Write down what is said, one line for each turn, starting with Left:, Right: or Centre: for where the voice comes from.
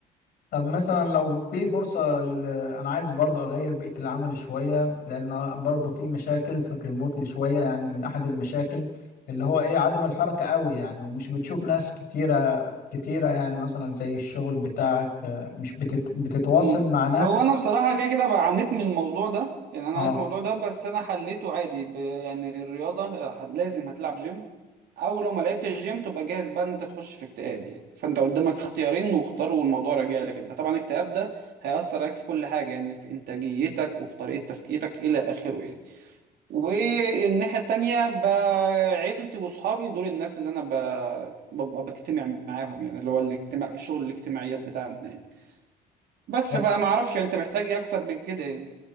Left: طب مثلا لو في فرصة ل- أنا عايز برضه أغير بيئة العمل شوية لأن برضه في مشاكل في الريموت اللي شوية يعني من أحد المشاكل اللي هو إيه عدم الحركة قوي يعني ومش بتشوف ناس كتيرة كتيرة يعني مثلا زي الشغل بتاعك آه، مش بتت... بتتواصل
Right: مم.
Left: مع ناس
Right: هو انا بصراحه كده كده بقى عانيت من الموضوع ده يعني انا
Left: آه
Right: عانيت من الموضوع ده بس انا حليته عادي ب... يعني الرياضه هت- لازم هتلعب جيم او لو ما لعبتش جيم تبقى جاهز بقى ان انت تخش في اكتئاب يعني فانت قدامك اختيارين واختار والموضوع راجع لك انت طبعا الاكتئاب ده هيأثر عليك في كل حاجه يعني في انتاجيتك وفي طريقه تفكيرك الى اخره يعني والناحيه التانيه بقى عيلتي واصحابي دول الناس اللي انا ب... ببقى بجتمع معاهم يعني اللي هو الاجتماع الشغل الاجتماعيات بتاعنا يعني. بس
Left: لا.
Right: فما اعرفش انت محتاج ايه اكتر من كده يعني